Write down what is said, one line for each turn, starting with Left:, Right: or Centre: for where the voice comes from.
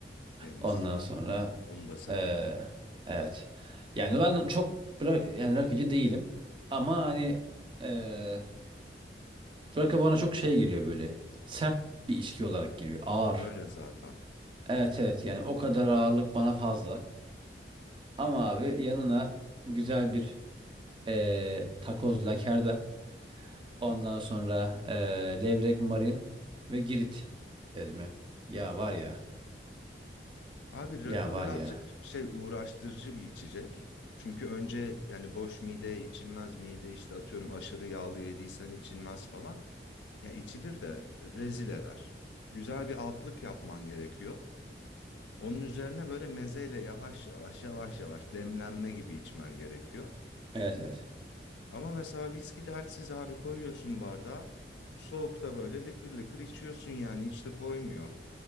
Left: Temiz.
Right: Ondan sonra
Left: Onu da severim.
Right: eee, evet. Yani ben çok bıra- yani rakıcı değilim. Ama hani eee rakı bana çok şey geliyor böyle. Sert bir içki olarak geliyor. Ağır.
Left: Öyle zaten.
Right: Evet evet yani o kadar ağırlık bana fazla. Ama abi yanına güzel bir eee takoz lakerda Ondan
Left: Hı.
Right: sonra eee, Levrek, Marin ve Girit ezme. Ya var ya.
Left: Abi rakı
Right: Ya var
Left: birazcık
Right: ya.
Left: şey uğraştırıcı bir içecek. Çünkü önce yani boş mideye içilmez mide işte atıyorum aşırı yağlı yediysen içilmez falan. Ya içilir de rezil eder. Güzel bir altlık yapman gerekiyor. Onun üzerine böyle mezeyle yavaş yavaş yavaş yavaş demlenme gibi içmen gerekiyor.
Right: Evet evet.
Left: Ama mesela viski dertsiz abi koyuyorsun bardağa. Soğukta böyle lıkır lıkır içiyorsun yani hiç de koymuyor.